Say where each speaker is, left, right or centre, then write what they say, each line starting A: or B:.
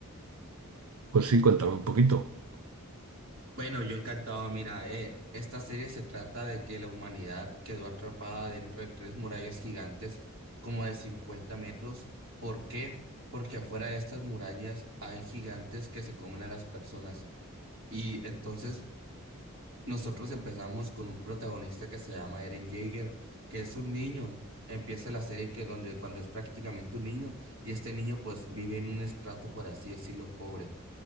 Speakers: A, on the right; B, on the right.
A: pues sí, cuéntame un poquito.
B: Bueno, yo encantado. Mira, eh, esta serie se trata de que la humanidad quedó atrapada dentro de tres murallas gigantes, como de 50 metros. ¿Por qué? Porque afuera de estas murallas hay gigantes que se comen a las personas. Y entonces Nosotros empezamos con un protagonista que se llama Eren Jaeger, que es un niño. Empieza la serie que donde cuando es prácticamente un niño y este niño pues vive en un estrato, por así decirlo, pobre.